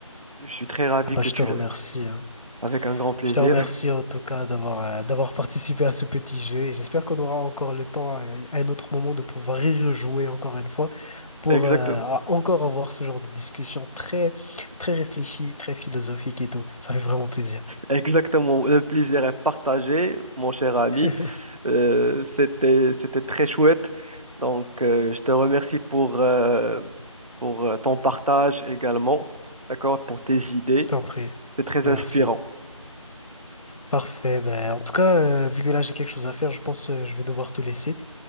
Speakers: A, on the right; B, on the left.
A: je suis très ravi
B: Ah bah,
A: que
B: je
A: tu
B: te remercie,
A: l'aies.
B: hein.
A: Avec un grand plaisir.
B: Je te remercie en tout cas d'avoir euh, d'avoir participé à à ce petit jeu. et J'espère qu'on aura encore encore le temps à, à un autre moment de pouvoir y rejouer encore une fois. pour
A: <laughs> Exactement.
B: euh, encore avoir ce genre de discussion très, très réfléchie, très philosophique et tout. Ça fait vraiment plaisir.
A: Exactement, le plaisir est partagé, mon cher ami.
B: <laughs> Je
A: Euh, c'était, c'était très chouette. Donc, euh, je te remercie pour, euh, pour euh, ton partage également, d'accord, pour tes idées.
B: t'en prie. prie.
A: C'est très
B: Merci.
A: inspirant.
B: Parfait. Ben, en tout cas, euh, vu que là, j'ai quelque chose à faire, je pense que je vais devoir te laisser.